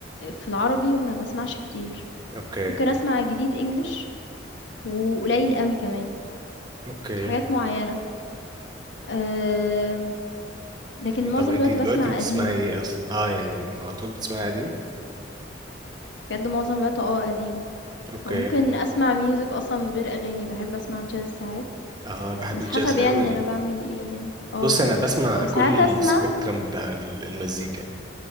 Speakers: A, on the left; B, on the right.
A: في العربي ما بسمعش كتير
B: اوكي
A: ممكن أسمع جديد English وقليل قوي كمان
B: اوكي
A: في حاجات معينة آمم، لكن معظم
B: طب انت
A: الوقت
B: دلوقتي
A: باسمع
B: بتسمعي
A: قديم،
B: ايه اصلا اه يعني على طول بتسمعي قديم
A: بجد معظم الوقت آه قديم،
B: اوكي
A: أو ممكن أسمع music أصلًا من غير أغاني، باحب أسمع jazz ساعات،
B: اه بحب
A: بس
B: الجاز
A: حسب
B: قوي
A: يعني ان أنا باعمل إيه يعني، آه،
B: بص انا بسمع
A: وساعات
B: كل
A: أسمع
B: السبيكترم بتاع ال- المزيكا